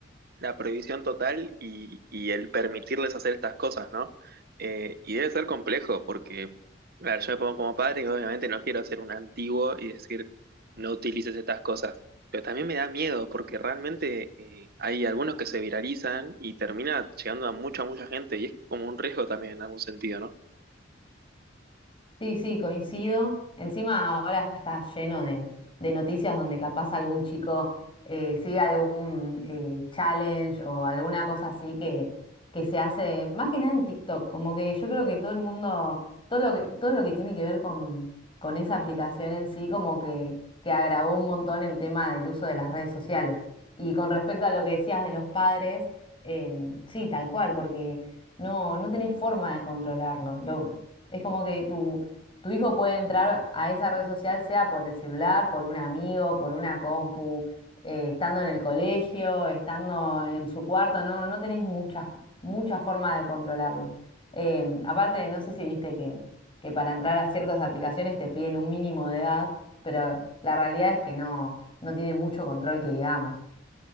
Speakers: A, on the right; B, on the left.
A: la prohibición total y, y el permitirles hacer estas cosas, ¿no? Eh, y debe ser complejo porque, a ver, yo me pongo como padre y obviamente no quiero ser un antiguo y decir, no utilices estas cosas. Pero también me da miedo porque realmente eh, hay algunos que se viralizan y termina llegando a mucha, mucha gente y es como un riesgo también en algún sentido, ¿no?
B: Sí, sí, coincido. Encima ahora está lleno de, de noticias donde capaz algún chico eh, sigue algún eh, challenge o alguna cosa así que, que se hace, más que nada en TikTok, como que yo creo que todo el mundo, todo lo que, todo lo que tiene que ver con, con esa aplicación en sí, como que, que agravó un montón el tema del uso de las redes sociales. Y con respecto a lo que decías de los padres, em, sí, tal cual, porque no, no tenés forma de controlarlo. Lo- es como que tu tu hijo puede entrar a esa red social, sea por el celular, por un amigo, por una compu, eh, estando en el colegio, estando en su cuarto, no, no tenés mucha, mucha forma de controlarlo. Em, aparte, no sé si viste que, que para entrar a ciertas aplicaciones te piden un mínimo de edad, pero la realidad es que no, no tiene mucho control que digamos.